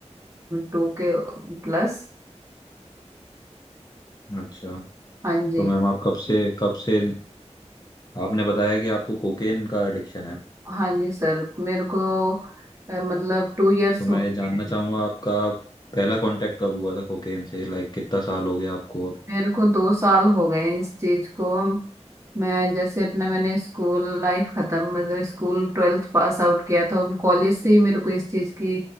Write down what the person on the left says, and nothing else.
अच्छा
तो मैम आप कब से कब से आपने बताया कि आपको कोकेन का एडिक्शन है
तो मैं
ये जानना
चाहूंगा आपका पहला कांटेक्ट कब हुआ था कोकेन से लाइक कितना साल हो गया आपको अब